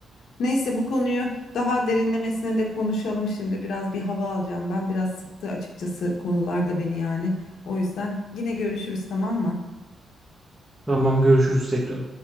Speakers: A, on the left; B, in the centre.
A: Neyse bu konuyu daha derinlemesine de konuşalım şimdi. Biraz bir hava alacağım. Ben biraz sıktı açıkçası konular da beni yani. O yüzden yine görüşürüz tamam mı?
B: Tamam, görüşürüz tekrar.